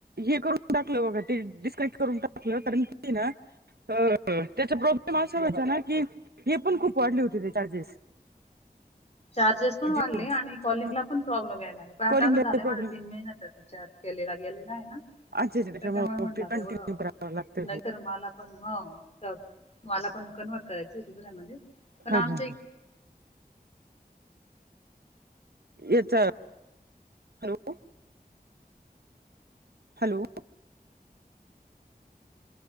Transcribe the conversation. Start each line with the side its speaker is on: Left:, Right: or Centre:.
Right: हे करून टाकलं बघा ते डिस्कनेक्ट करून टाकलं कारण की ना त्याचा प्रॉब्लेम असा होता ना की हे पण खूप वाढले होती ते चार्जेस.
Left: चार्जेस पण वाढले
Right: जिओचे
Left: आणि कॉलिंगला पण प्रॉब्लेम यायला लाग पण आता
Right: कॉलिंगला
Left: असं झालंय
Right: प्रॉब्लेम
Left: माझा तीन महिन तर विचार केलेला गेलेला आहे ना.
Right: अच्छा अच्छा
Left: त्याच्यामुळे म्हंटलं
Right: मग ते कंटिन्यू
Left: एवढं
Right: करावं लागतंय.
Left: नाहीतर मला पण हो मला पण कन्वर्ट करायचं दुऱ्यामध्ये पण
Right: हा
Left: आमच्या
Right: हा हा याचा हॅलो हॅलो